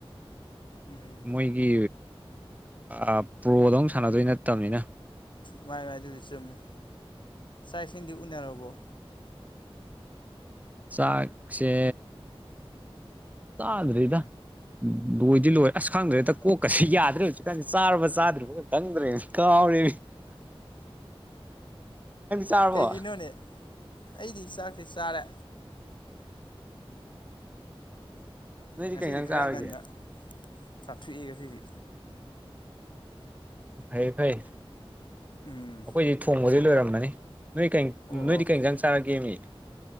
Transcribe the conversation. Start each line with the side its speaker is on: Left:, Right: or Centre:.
Left: ꯎꯝ
Right: ꯃꯣꯏꯒꯤ ꯑ ꯄ꯭ꯔꯣꯗꯧꯅ ꯁꯥꯟꯅꯗꯣꯏ ꯅꯠꯇꯕꯅꯤꯅ
Left: ꯃꯥꯅꯤ‌ꯃꯥꯅꯤ ꯑꯗꯨꯕꯨꯗꯤ ꯆꯨꯝꯃꯦ ꯆꯥꯛ ꯏꯁꯤꯡꯗꯤ ꯎꯅꯔꯕꯣ
Right: ꯆꯥꯛꯁꯦ ꯆꯥꯗ꯭ꯔꯤꯗ ꯎꯝ ꯂꯣꯏꯗꯤ ꯂꯣꯏꯔ ꯑꯁ ꯈꯪꯗꯔꯦꯗ ꯀꯣꯛꯀꯁꯤ ꯌꯥꯗ꯭ꯔꯦ ꯍꯧꯖꯤꯛꯀꯥꯟꯁꯤ ꯆꯥꯔꯕ ꯆꯥꯗ꯭ꯔꯤꯕ ꯈꯪꯗꯔꯦ ꯀꯥꯎꯋꯦ ꯆꯥꯔꯕꯣ
Left: ꯀꯩꯒꯤꯅꯣꯅꯦ ꯑꯩꯗꯤ ꯆꯥꯛꯁꯦ ꯆꯥꯔꯦ
Right: ꯅꯣꯏꯗꯤ
Left: ꯉꯁꯤꯗꯤ
Right: ꯀꯩ ꯏꯟꯖꯥꯡ
Left: ꯈꯔ
Right: ꯆꯥꯔꯒꯦ
Left: ꯉꯟꯅ ꯆꯥꯊꯣꯛꯑꯦ ꯉꯁꯤꯗꯤ
Right: ꯐꯩ ꯐꯩ ꯑꯩꯈꯣꯏ
Left: ꯎꯝ
Right: ꯊꯣꯡꯕꯗꯤ ꯂꯣꯏꯔꯝꯃꯅꯤ ꯅꯣꯏ ꯀꯩ
Left: ꯑꯣ
Right: ꯅꯣꯏꯗꯤ
Left: ꯑꯣ
Right: ꯀꯩ ꯏꯟꯁꯥꯡ ꯆꯥꯔꯒꯦꯃꯤ